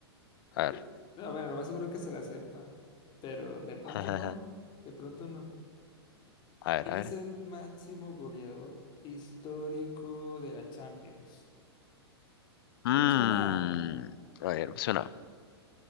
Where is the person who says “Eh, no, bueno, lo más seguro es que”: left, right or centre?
Left